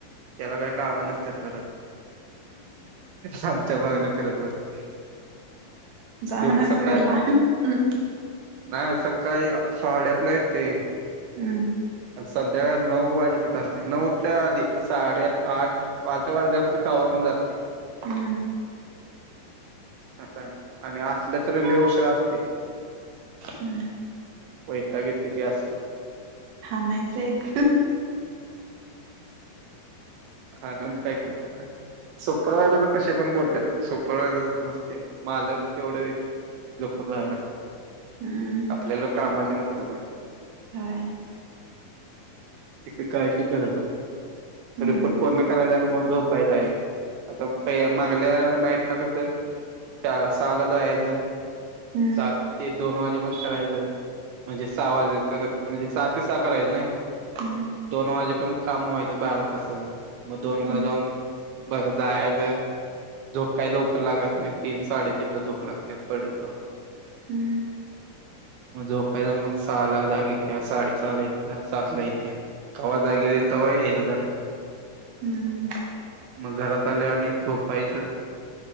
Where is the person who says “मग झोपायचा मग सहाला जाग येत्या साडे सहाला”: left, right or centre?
Right